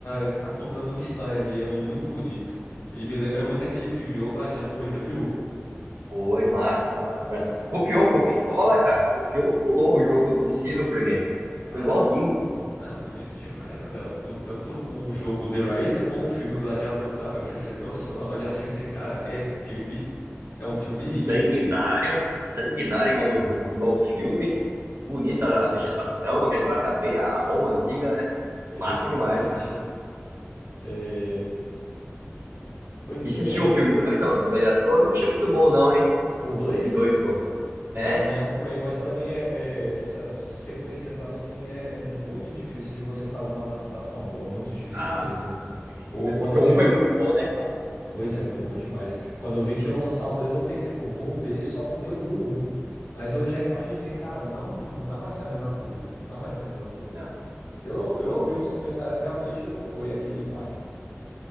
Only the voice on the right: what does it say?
Foi, massa, massa.
Copiou,
copia e cola, cara. Copiou, pulou o jogo, não é possível, porque
ficou igualzinho.
Sanguinário, sanguinário igual o jo- igual o filme. Bonita
a vegetação, retrata bem a Roma antiga, né?
Massa demais, cara.
E você
assistiu o filme 2, do, do Gladiador? Não achei muito bom, não, hein?
Filme dois, pô.
É?
Ah,
isso
mesmo.
Porque
o
um foi
muito bom, né, cara?
Não,